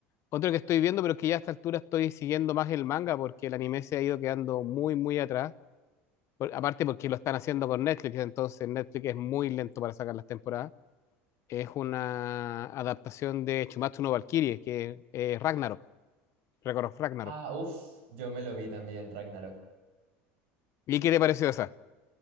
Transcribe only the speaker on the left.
Otro que estoy viendo, pero que ya a esta altura estoy siguiendo más el manga porque el anime se ha ido quedando muy, muy atrás. Por- aparte porque lo están haciendo con Netflix, entonces Netflix es muy lento para sacar las temporadas. Es una adaptación de Chumatsu no Valkyrie, que es eh, Ragnarok, Record of Ragnarok.
¿Y qué te pareció esa?